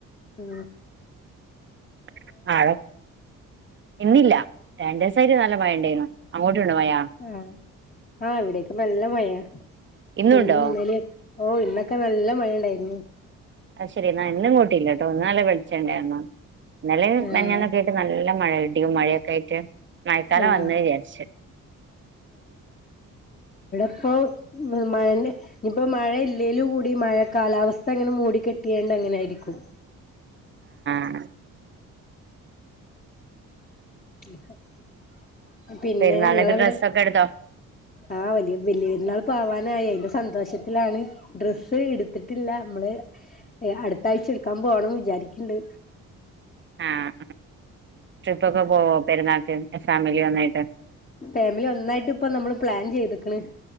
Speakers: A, on the left; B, on the right.
A: ആ
B: <unintelligible> ഇന്നില്ല രണ്ടുദിവസായിട്ട് നല്ല മഴ ഉണ്ടായിരുന്നു അങ്ങോട്ടുണ്ടോ മഴ
A: ഉം ആ ഇവിടക്കെ നല്ല മ മഴയാ
B: ഇന്നുണ്ടോ
A: ഇന്നും ഇന്നലെ ഓ ഇന്നൊക്കെ നല്ല മഴയുണ്ടായിരുന്നു
B: അ ശരിന്ന ഇന്നുങ്ങോട്ടില്ല തോന്നുകാണേവിളിച്ചേനേ യായിരുന്നോ ഇന്നലെയും
A: ആഹ്
B: മിനിഞാന്നുമെക്കെയായിട്ട് നല്ല മഴ ഇടിയും മഴയൊക്കെ ആയിട്ട് മഴക്കാലം
A: ആഹ്
B: വന്ന വിചാരിച്ച്
A: ഇപ്പൊ മഴന്നെ ഇനിപ്പോ മഴ ഇല്ലേല് കൂടി മഴ കാലാവസ്ഥ അങ്ങനെ മൂടിക്കെട്ടിയണ്ട് അങ്ങനെയിരിക്കും
B: ആ
A: <unintelligible> പിന്നെ
B: പെരുന്നാൾക്ക്
A: ഇങ്ങളവിടെ
B: ഡ്രസ്സ് ഒക്കെ എടുതോ
A: ആഹ് വലിയ വലിയൊരുന്നാൾ പോവാനായി അതിന്റെ സന്തോഷത്തിലാണ് ഡ്രസ്സ് എടുത്തിട്ടില്ല നമ്മള് അടുത്താഴ്ച എടുക്കാൻ പോകണം വിചാരിക്കണ്ട്
B: ആഹ് ട്രിപ്പൊക്കെ പോവോ പെരുന്നാക്ക് ഫാമിലി വന്നായിട്ട്
A: ഫാമിലി ഒന്നായിട്ട് ഇപ്പ നമ്മള് പ്ലാൻ ചെയ്ത്ക്ക്ണ്